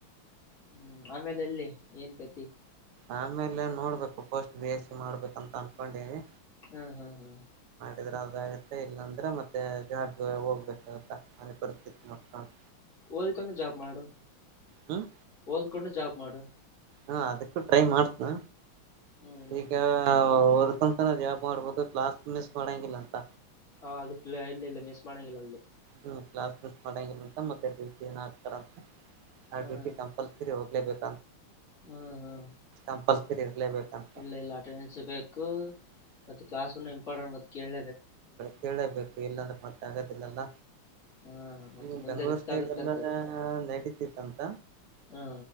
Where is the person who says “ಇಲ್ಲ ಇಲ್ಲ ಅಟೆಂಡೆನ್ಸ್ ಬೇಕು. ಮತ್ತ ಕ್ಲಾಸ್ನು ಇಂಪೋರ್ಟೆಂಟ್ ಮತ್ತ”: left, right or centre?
Left